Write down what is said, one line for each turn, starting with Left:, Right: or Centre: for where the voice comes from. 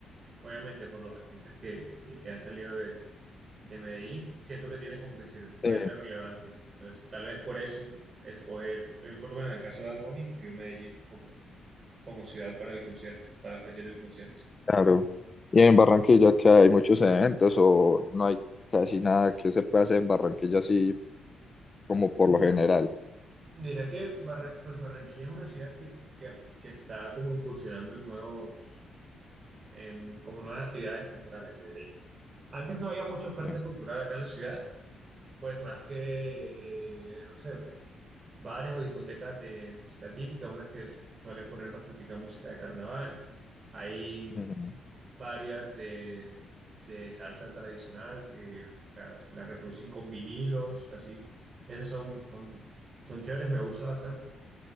Right: obviamente por los artistas que, que, que han salido de de Medellín, siento que tiene como que cier- cierta
Left: Sí,
Right: relevancia. Entonces, tal vez por eso escoge, por eh, por lo menos en el caso de Bad Bunny, escogió Medellín como, como ciudad para el concierto, para la fecha del concierto.
Left: claro. Y en Barranquilla que hay muchos eventos o no hay casi nada que se pase en Barranquilla así como por
Right: Mm,
Left: lo general.
Right: Diré que Barre- pues Barranquilla es una ciudad que, que- que está como incursionando en nuevos, en como nuevas actividades culturales. Diré yo. Antes no había mucha oferta
Left: Sí.
Right: cultural acá en la ciudad, pues más que, eh, no sé, bares o discotecas de música típica, unas que su- suelen poner bastante música de carnaval. Hay
Left: Ujú.
Right: varias de, de salsa tradicional que las, las reproducen con vinilos, así. Esas son, son, son chéveres, me gusta bastante.